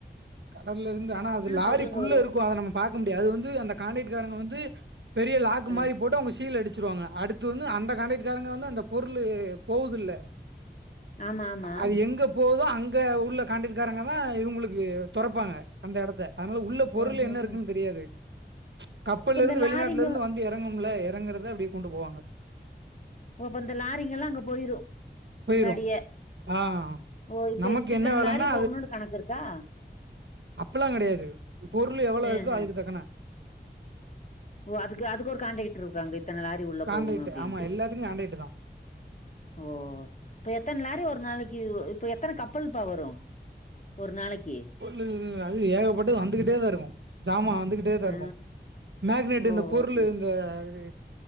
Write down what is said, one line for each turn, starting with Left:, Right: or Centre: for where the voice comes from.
Right: கடல்ல இருந்து ஆனா அது லாரிக்குள்ள
Left: பொருளுங்க வரும்?
Right: இருக்கு அத நம்ம பாக்க முடியாது அது வந்து அந்த கான்டெக்ட்காரங்க வந்து பெரிய லாக்
Left: ம்.
Right: மாரி போட்டு அவங்க சீல் அடுச் சிருவாங்க அடுத்து வந்து அந்த கண்டெக்ட்காரங்க வந்து அந்த பொருள் போவுது இல்ல
Left: ஆமா, ஆமா.
Right: அது எங்க போவுதோ அங்க உள்ள காண்டெக்ட்க்காரங்கதா இவுங்குளுக்கு தொறப்பாங்க அந்த எடத்த அதனால உள்ள பொருள்
Left: ம்ஹ்ஹ்ம்.
Right: என்ன இருக்குன்னு தெரியாது கப்பல்ல
Left: இப்ப
Right: இருந்து
Left: இந்த
Right: வெளிநாட்டுல
Left: லாரிங்க
Right: இருந்து
Left: வ
Right: வந்து இறங்கும்ல இறங்கறத அப்டியே கொண்டு போவாங்க
Left: ஓ அப்ப இந்த லாரிங்க எல்லா அங்க போயிரு
Right: போயிரும்
Left: முன்னாடியே
Right: ஆ
Left: ஓ இப்ப
Right: நமக்கு
Left: இத்தன
Right: என்ன வேலைன்னா
Left: லாரி போகணுன்னு கணக்கு இருக்கா
Right: அப்பல்லா கெடையாது பொருள் எவ்வளோ
Left: ஆஹ
Right: இருக்கோ அதுக்கு தக்கன
Left: ஓ அதுக்கு அதுக்கு ஒரு கண்ட்ரெக்டர் இருக்காங்க இத்தன லாரி உள்ள
Right: கான்ட்ராக்ட்
Left: போகணு அப்டின்ட்டு
Right: ஆமா எல்லாத்துக்கும் கான்ட்ராக்ட் தான்
Left: ஓ இப்ப எத்தன லாரி ஒரு நாளைக்கு இப்ப எத்தன கப்பல் பா வரு ஓரு நாளைக்கி
Right: <unintelligible> அது ஏகப்பட்டலு வந்துகிட்டேதா இருக்கு ஜாம வந்துகிட் டேதா
Left: ஆ
Right: இருக்கு மேக்னேட்டு இந்த
Left: ஓஹோ
Right: பொருளு
Left: சரி
Right: இந்த இது